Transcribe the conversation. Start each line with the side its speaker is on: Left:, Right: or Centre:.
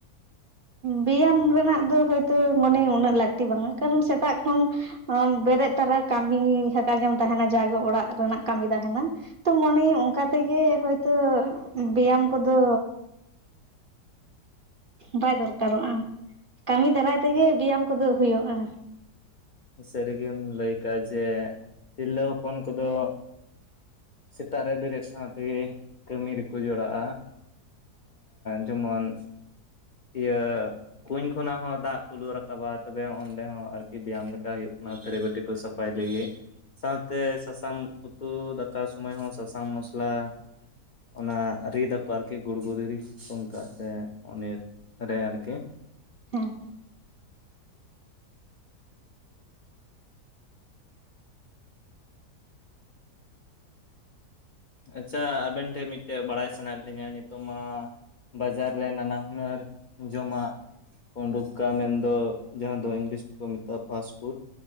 Right: ᱵᱮᱭᱟᱢ ᱨᱮᱱᱟᱜ ᱫᱚ ᱦᱳᱭᱛᱚ ᱢᱟᱱᱮ ᱩᱱᱟᱹᱜ ᱞᱟᱹᱠᱛᱤ ᱵᱟᱝᱟ ᱠᱟᱨᱚᱱ ᱥᱮᱛᱟᱜ ᱠᱷᱟᱱ ᱵᱮᱨᱮᱫ ᱛᱟᱨᱟ ᱠᱟᱹᱢᱤ ᱦᱟᱠᱟ ᱜᱮᱢ ᱛᱟᱦᱮᱱᱟ ᱡᱟᱜᱮ ᱚᱲᱟᱜ ᱨᱮᱱᱟᱜ ᱠᱟᱹᱢᱤ ᱛᱟᱦᱮᱱᱟ ᱛᱚ ᱢᱚᱱᱮ ᱟ. ᱧ ᱚᱱᱠᱟ ᱛᱮᱜᱮ ᱦᱳᱭ ᱛᱚ ᱵᱮᱭᱟᱢ ᱠᱚᱫᱚ
Left: <unintelligible>
Right: ᱵᱟᱭ ᱫᱚᱨᱠᱟᱨᱚᱜᱼᱟ ᱠᱟᱹᱢᱤ ᱫᱟᱨᱟᱭ ᱛᱮᱜᱮ ᱵᱮᱭᱟᱢ ᱠᱚᱫᱚ ᱦᱩᱭᱩᱜᱼᱟ
Left: ᱥᱟᱹᱨᱤ ᱜᱮᱢ ᱞᱟᱹᱭ ᱠᱟᱜᱼᱟ ᱡᱮ ᱛᱤᱨᱞᱟᱹ ᱦᱚᱯᱚᱱ ᱠᱚᱫᱚ ᱥᱮᱛᱟᱜ ᱨᱮ ᱵᱮᱨᱮᱫ ᱥᱟᱶ ᱛᱮᱜᱮ ᱠᱟᱹᱢᱤ ᱨᱮᱠᱚ ᱡᱚᱲᱟᱜ-ᱟ ᱡᱮᱢᱚᱱ ᱤᱭᱟᱹ ᱠᱩᱧ ᱠᱷᱚᱱᱟᱜ ᱦᱚᱸ ᱫᱟᱜ ᱠᱚ ᱞᱩ ᱨᱟᱠᱟᱵᱟ ᱛᱚᱵᱮ ᱚᱸᱰᱮ ᱦᱚᱸ ᱟᱨᱠᱤ ᱵᱮᱭᱟᱢ ᱞᱮᱠᱟ ᱦᱩᱭᱩᱜ ᱠᱟᱱᱟ ᱛᱷᱟᱹᱨᱤ ᱵᱟᱹᱴᱤ ᱠᱚ ᱥᱟᱯᱷᱟ ᱱᱟᱯᱟᱭ ᱞᱟᱹᱜᱤᱫ ᱥᱟᱶᱛᱮ ᱥᱟᱥᱟᱝ ᱩᱛᱩ ᱫᱟᱠᱟ ᱥᱚᱢᱚᱭ ᱦᱚᱸ ᱥᱟᱥᱟᱝ ᱢᱚᱥᱞᱟ ᱚᱱᱟ ᱨᱤᱫ ᱟᱠᱚ ᱟᱨᱠᱤ ᱜᱩᱲᱜᱩ ᱫᱷᱤᱨᱤ, ᱚᱝᱠᱟ ᱥᱮ ᱩᱱᱤ ᱨᱮ ᱟᱨᱠᱤ
Right: ᱦᱮᱸ
Left: ᱟᱪᱪᱷᱟ ᱟᱵᱮᱱ ᱴᱷᱮᱱ ᱢᱤᱫᱴᱮᱡ ᱵᱟᱲᱟᱭ ᱥᱟᱱᱟᱭᱮᱫ ᱞᱤᱧᱟᱹ ᱱᱤᱛᱚᱜ ᱢᱟ ᱵᱟᱡᱟᱨ ᱨᱮ ᱱᱟᱱᱟ ᱦᱩᱱᱟᱹᱨ ᱡᱚᱢᱟᱜ ᱩᱰᱩᱠᱟ ᱢᱮᱱᱫᱚ ᱡᱟᱦᱟᱸ ᱫᱚ ᱤᱝᱞᱤᱥ ᱛᱮᱠᱚ ᱢᱮᱛᱟᱜᱼᱟ ᱯᱷᱟᱥᱯᱷᱩᱰ